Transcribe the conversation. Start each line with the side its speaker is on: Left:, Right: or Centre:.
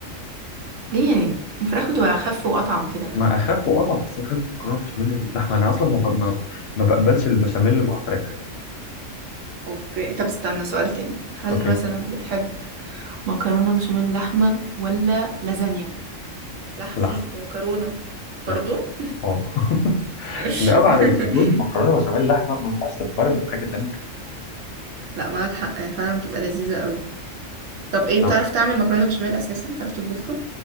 Right: ليه يعني الفراخ بتبقى أخف وأطعم كده
Left: ما اخف واطعم بس انا بحب المكرونه البشاميل اللي بلحمه انا اصلا ما, ب... ما... ما بقبلش البشاميل اللي مع فراخ
Right: اوكي طب استنى سؤال تاني هل
Left: اوكي
Right: مثلا بتحب مكرونة بشاميل لحمة ولا لازانيا لحمة
Left: لحمه
Right: اهي ومكرونة برضو
Left: لحمه اه <laughs>
Right: <laughs>
Left: لأبعد الحدود مكرونه بشاميل لحمه ما ينفعش تتقارن بحاجه تانية
Right: لا معاك حق هي فعلا بتبقى لذيذة قوي طب ايه
Left: طب
Right: بتعرف تعمل مكرونة بشاميل أساسا بتعرف تطبخها